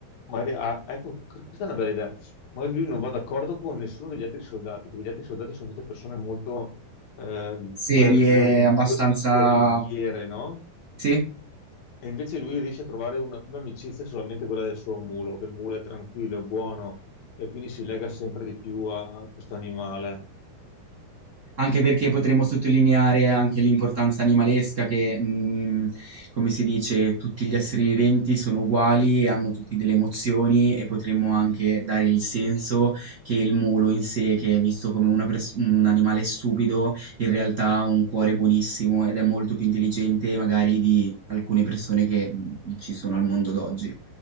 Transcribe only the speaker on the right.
Serie
abbastanza...
Sì?
Anche perché potremmo sottolineare anche l'importanza animalesca che, mh, come si dice, tutti gli esseri viventi sono uguali e hanno tutti delle emozioni e potremmo anche dare il senso che il mulo in sé, che è visto come una pers- un animale stupido, in realtà ha un cuore buonissimo ed è molto più intelligente magari di alcune persone che mh, ci sono al mondo d'oggi.